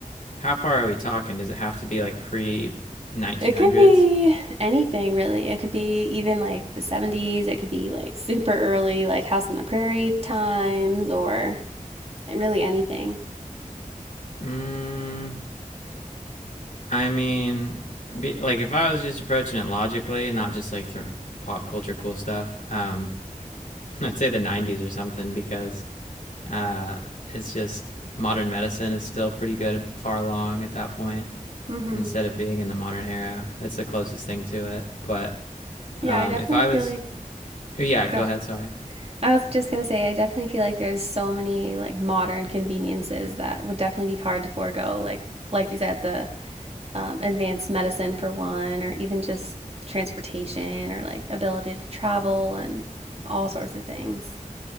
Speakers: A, on the left (about 70°); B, on the right (about 45°).
A: how far are we talking? Does it have to be like pre 1900s?
B: It could be anything really. It could be even like the 70s. It could be like super early, like House on the Prairie times or really anything.
A: Mm, I mean, be, like if I was just approaching it logically, and not just like through pop culture cool stuff, um <laughs> I'd say the 90s or something because Uh, it's just modern medicine is still pretty good, far along at that point,
B: hmm
A: instead of being in the modern era. It's the closest thing to it. But
B: Yeah,
A: um,
B: I definitely
A: if I
B: feel
A: was,
B: like
A: oh, yeah, go
B: Go.
A: ahead. Sorry.
B: I was just gonna say I definitely feel like there's so many like modern conveniences that would definitely be hard to forego. Like like you said, the um, advanced medicine for one, or even just transportation or like ability to travel and all sorts of things.